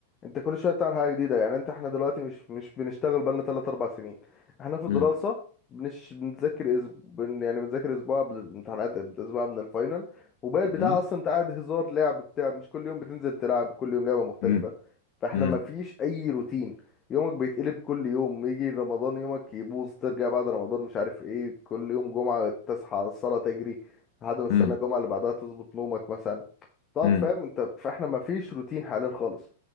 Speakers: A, on the left; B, on the left.
A: انت كل شويه بتعمل حاجه جديده يعني انت احنا دلوقتي مش مش بنشتغل بقالنا 3 4 سنين احنا في دراسه
B: امم
A: بنش بنذاكر أسب... بن... يعني بنذاكر اسبوع قبل الامتحانات اسبوع قبل الفاينل وباقي البتاع
B: امم
A: اصلا انت قاعد هزار لعب بتاع مش كل يوم بتنزل تلعب كل يوم لعبه مختلفه
B: امم
A: فاحنا
B: امم
A: ما فيش اي روتين يومك بيتقلب كل يوم يجي رمضان يومك يبوظ ترجع بعد رمضان مش عارف ايه كل يوم جمعه تصحى الصلاه تجري لحد ما السنه
B: امم
A: الجمعه اللي بعدها تظبط نومك مثلا تقعد
B: امم
A: فاهم انت فاحنا ما فيش روتين حاليا خالص